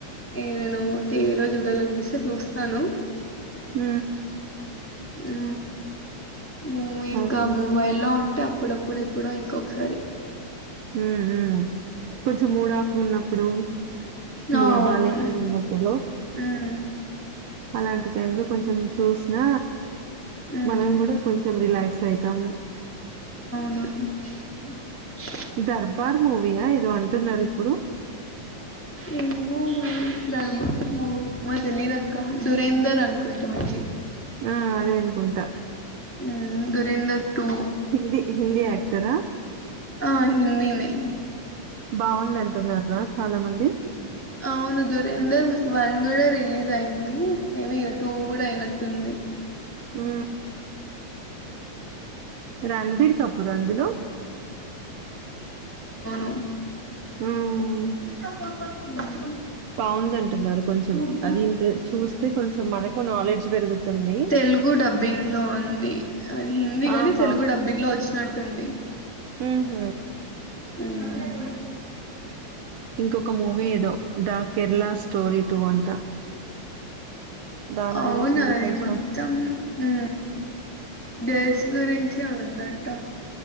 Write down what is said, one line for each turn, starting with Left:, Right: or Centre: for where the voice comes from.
Centre: ఏ నేను టీవీ లో చూడాలనిపిస్తే చూస్తాను
Right: ఊ
Centre: హు మూవీ ఇంకా
Right: అదే
Centre: మొబైల్లో ఉంటే అప్ అప్పుడప్పుడెప్పుడు ఇంకొకసారి
Right: హ హ కొంచెం మూడ్ ఆఫ్ ఉన్నప్పుడు
Centre: ఆ!
Right: మూడ్
Centre: అవును.
Right: బాలేకున్నపుడు
Centre: హ్మ్.
Right: అలాంటి టైమ్ లో కొంచెం చూసిన
Centre: హ్మ్.
Right: మనం కూడ కొంచెం రిలాక్స్ అయితం
Centre: <inaudible>
Right: దర్బార్ మూవీ న ఏదో అంటున్నారు ఇప్పుడు
Centre: ఏమె మ రి ధర్బార్ మూవీ తెలియదక్క దురేందర్మూవీ అనుకుంటాం ఇవి
Right: ఆ అదే అనుకుంట
Centre: ఉ దురేందర్ టూ
Right: హిందీ హిందీ యాక్టరా
Centre: ఆ హిందినె
Right: బాగుంది అంటున్నార్ రా చాల మంది
Centre: అవును దురేందర్ వన్ కూడ రిలీజ్ అయింది మేబియ టూ కూడా అయినట్టుంది
Right: ఊ... రన్బీర్ కపూర్ అందులో
Centre: ర
Right: ఆ <unintelligible>
Centre: <unintelligible>
Right: బాగుంది అంటున్నారు కొంచెం
Centre: మ్మ్
Right: అది ఇంక చూస్తే కొంచెం మనకు నాలెడ్జ్ పెరుగుతుంది
Centre: తెలుగు డబ్బింగ్లో ఉంది అది హిందీ గాని
Right: ఆహా
Centre: తెలుగు డబ్బింగ్ లో వచ్చినట్టుంది
Right: ఊహు
Centre: ఉ
Right: ఇంకొక మూవీ ఏదో ద కేెరళ స్టోరీ టూ అంట దాని
Centre: అవునా
Right: గురించి కూడా
Centre: అది
Right: కొంచెం
Centre: మొత్తం హు గేర్ల్స్ గురించే ఉందట